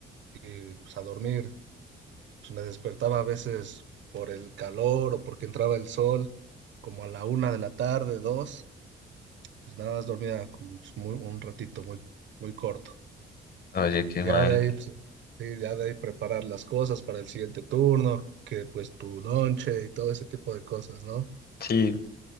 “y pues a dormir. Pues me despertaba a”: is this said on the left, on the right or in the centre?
Right